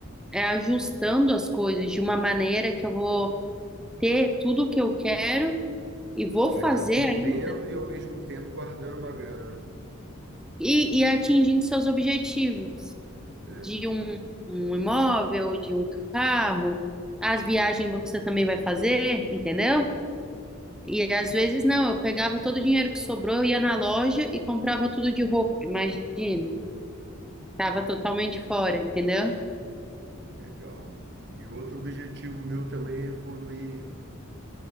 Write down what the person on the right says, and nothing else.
você
vai estar vivendo
e ao mesmo tempo guardando uma grana.
É,
legal. E outro objetivo meu também é evoluir